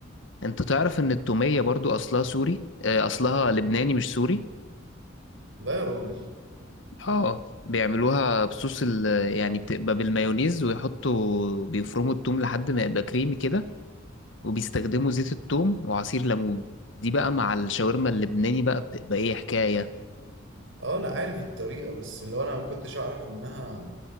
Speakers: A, on the left; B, on the right.
A: انت تعرف ان التومية برضو اصلها سوري آه، اصلها لبناني مش سوري
B: لا يا راجل
A: اه بيعملوها بصوص ال يعني بتبقى بالمايونيز ويحطوا بيفرموا التوم لحد ما يبقى كريمي كده وبيستخدموا زيت التوم وعصير ليمون دي بقى مع الشاورما اللبناني بقى بتبقى ايه حكاية
B: اه انا عارف الطريقة بس اللي هو انا ما كنتش اعرف انها